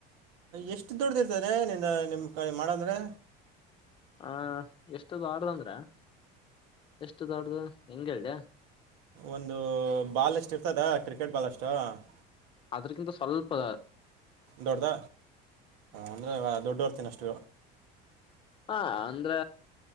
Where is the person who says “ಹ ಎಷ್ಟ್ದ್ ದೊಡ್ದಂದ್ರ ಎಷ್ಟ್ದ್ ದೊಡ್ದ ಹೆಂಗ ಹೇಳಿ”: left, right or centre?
Left